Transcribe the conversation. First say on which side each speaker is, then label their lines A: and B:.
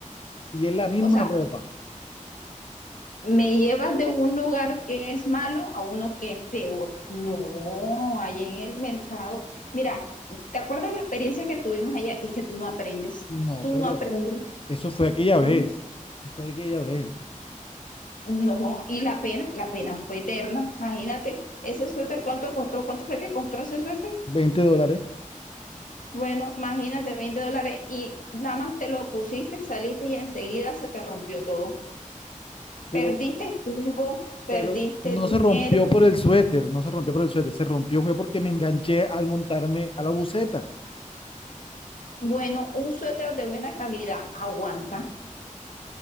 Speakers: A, on the left; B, on the left.
A: Y es la misma
B: o sea,
A: ropa.
B: me llevas de un lugar que es malo a uno que es peor. No, allá en el mercado. Mira, ¿te acuerdas la experiencia que tuvimos allá? Y que tú no aprendes,
A: No,
B: tú
A: pero
B: no aprendes.
A: eso fue aquella
B: Mm,
A: vez. Fue aquella vez.
B: No, y la pena, la pena fue eterna. Imagínate, ese suéter, ¿cuánto costó? ¿Cuánto fue que costó ese suéter?
A: veinte dólares.
B: Bueno, imagínate, veinte dólares y nada más te lo pusiste, saliste y enseguida se te rompió todo.
A: Pero,
B: Perdiste tiempo, perdiste
A: pero no
B: dinero,
A: se rompió por el suéter. No se rompió por el suéter. Se rompió fue porque me enganché al montarme a la buceta.
B: Bueno, un suéter de buena calidad aguanta,